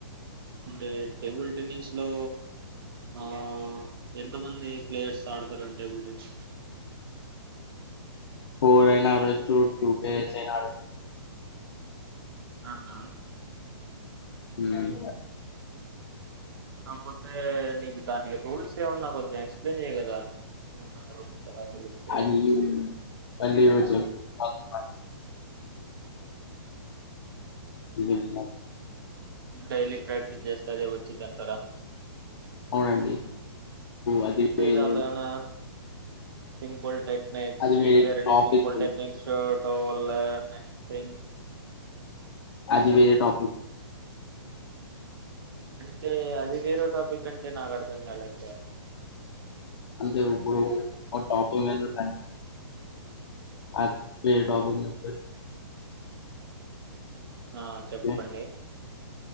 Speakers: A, on the right; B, on the left.
A: అంటే టేబుల్ టెన్నిస్ లో ఆ ఎంత మంది ప్లేయర్స్ ఆడతారండి టేబుల్ టెన్నిస్
B: ఫోర్ ప్లేయర్స్ అయినా ఆడొచ్చు టూ ప్లేయర్స్ అయినా
A: ఆహా
B: హ్మ్మ్
A: కాకపోతే నీకు దాని రూల్స్ ఏమన్నా కొంచెం ఎక్స్ప్లెయిన్ చెయ కదా ఏమన్నా రూల్స్ అలా తెలిస్తే
B: అది పల్లివాజూ అగు ఈవెంట్స్
A: డైలీ ప్రాక్టీస్ చేస్తే అదే వచ్చిద్దంటారా
B: అవునండి అది
A: ఇంట
B: వేరే
A: ఇ లేనా సింపుల్ టైప్ నెక్స్ట్
B: అది వేరే
A: ఇస్ దర్ ఎని
B: టాపిక్
A: సింపుల్
B: ఉంటే
A: టెక్నిక్స్ల్ ఎనిథింగ్
B: అది వేరే టాపిక్
A: అంటే అది వేరే టాపిక్ అంటే నాకు అర్థం కాలే సార్
B: అంటే ఇప్పుడు ఒక టాపింగ్ మీద ఉండి అదే టాపిక్ కం
A: ఆ
B: వస్తే
A: చెప్పండి